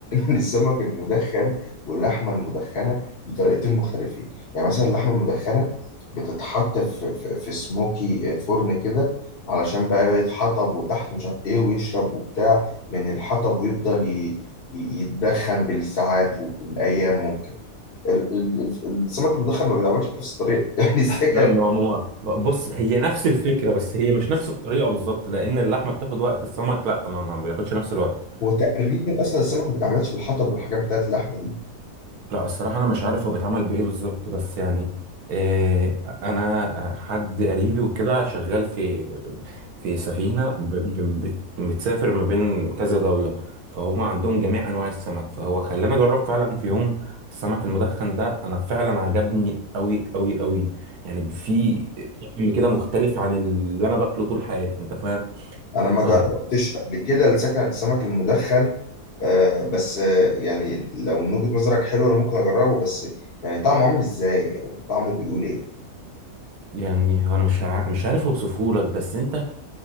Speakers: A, on the left; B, on the right.
A: إن السمك المدخن واللحمة المدخنة بطريقتين مختلفين يعني مثلا اللحمة المدخنة بتتحط في في, في سموكي فرن كده علشان بقى يتحطب وتحته مش عارف إيه ويشرب وبتاع من الحطب ويفضل ي- ي- يتدخن بالساعات وبالأيام ممكن ال- ال- ال- السمك المدخن ما بيتعملش بنفس الطريقة <laughs> يعني السكن
B: لا ما ما ما- بص هي نفس الفكرة بس هي مش نفس الطريقة بالظبط لان اللحمة بتاخد وقت السمك لا ما, ما بياخدش نفس الوقت
A: وتقريبا أصلا السمك ما بيتعملش بالحطب والحاجات بتاعت اللحمة دي
B: لا الصراحة أنا مش عارف هو بيتعمل بإيه بالظبط بس يعني إيه أنا حد قريبي وكده شغال في في سفينة ب- ب- بت- بتسافر ما بين كذا دولة فهم عندهم جميع أنواع السمك فهو خلاني أجرب فعلا في يوم السمك المدخن ده أنا فعلا عجبني أوي أوي أوي يعني في طعم كده مختلف عن اللي أنا باكله طول حياتي أنت فاهم؟
A: انا ما
B: ف-
A: جربتش قبل كده السكن السمك المدخن آه بس آه يعني لو من وجهة نظرك حلو انا ممكن اجربه بس يعني طعمه عامل ازاي او طعمه بيقول ايه
B: يعني هو أنا مش ع- مش عارف أوصفهولك بس أنت